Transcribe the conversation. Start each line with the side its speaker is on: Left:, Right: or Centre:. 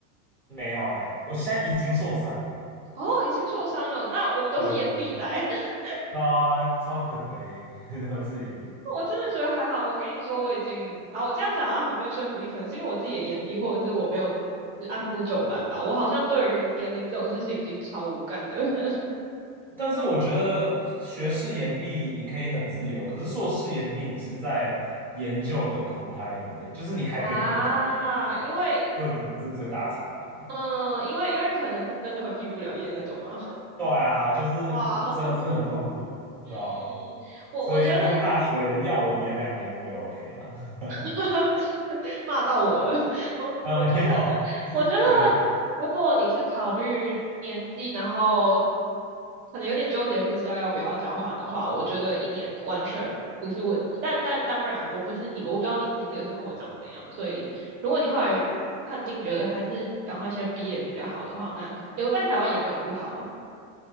Centre: 没有哎、我现在已经硕三了，
Right: 哦，已经硕三了，那我们都是延毕仔。
Centre: 对对对，
Right: <laughs>
Centre: 啊，超可悲，<laughs> 都是延毕。
Right: 我真的觉得还好。我跟你说，我已经啊，我这样讲好像很没有说服力，可能是因为我自己的言必，或者是我没有就是按部就班吧。我好像对于年龄这种事情已经超无感的 <laughs>
Centre: 但是我觉得学士研毕你可以很自由，可是硕士研毕你是在研究的苦海里面，就是你还被困在
Right: 啊，
Centre: 对，
Right: 因为
Centre: 所以我觉得这是最大的差别。
Right: 嗯、呃因为因为可能是真的会毕不了业那种啊。
Centre: 对啊，就是
Right: 哇，好痛苦。
Centre: 真的是很痛苦啊，
Right: 嗯嗯，
Centre: 对啊。
Right: 我我觉得。
Centre: 所以如果大学要我延两年，我也 OK 啊。<laughs>
Right: <laughs> 骂到我了。<laughs> 我我觉得，
Centre: 啊，没有
Right: 我觉得如果你是考虑年纪，
Centre: 没有
Right: 然后可能有点纠结，不知道要不要交换的话，我觉得一年完全不是问题。但但当然，我不是你，我不知道你自己的生活长怎样，所以如果你后来判定觉得还是赶快先毕业比较好的话，那留在台湾也没有不好啊。